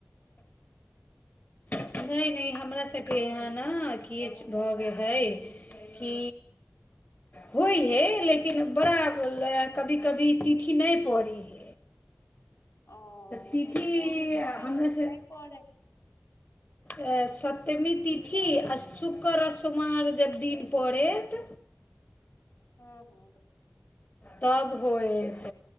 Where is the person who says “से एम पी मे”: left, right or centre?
Left